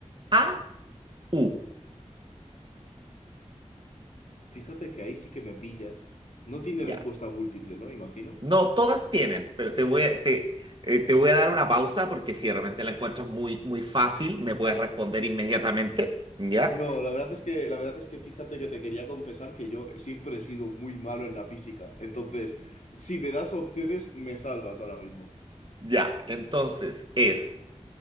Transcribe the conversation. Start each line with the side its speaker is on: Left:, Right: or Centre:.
Right: AU?
Left: Fíjate que ahí sí que me pillas. No tiene
Right: Ya.
Left: respuesta múltiple, ¿no? Imagino.
Right: No, todas tienen, pero te voy a, te, eh, te voy a dar una pausa porque si de repente la encuentras muy, muy fácil, me puedes responder inmediatamente, ¿ya?
Left: No, la verdad es que, la verdad es que fíjate que te quería confesar que yo siempre he sido muy malo en la física. Entonces, si me das opciones, me salvas ahora mismo.
Right: Ya, entonces es